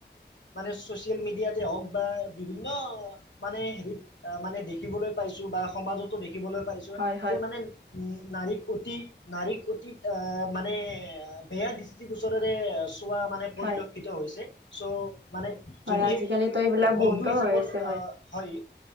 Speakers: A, on the left (about 80°); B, on the right (about 85°).
A: মানে চচিয়েল মিডিয়াতে হওঁক বা বিভিন্ন। মানে হেৰিত আহ মানে দেখিবলৈ পাইছোঁ। বা সমাজতো দেখিবলৈ পাইছোঁ
B: হয় হয়
A: যে মানে। উ নাৰীক অতি নাৰীক অতিক আহ মানে বেয়া দৃষ্টিগোচ চ চোৱা মানে পৰিলক্ষিত
B: হয়
A: হৈছে চ' মানে
B: হয়
A: যদিহে
B: আজিকালিতো এইবিলাক
A: বন্ধু
B: বহুতো
A: হিচাপত
B: হৈ আছে
A: আহ হয়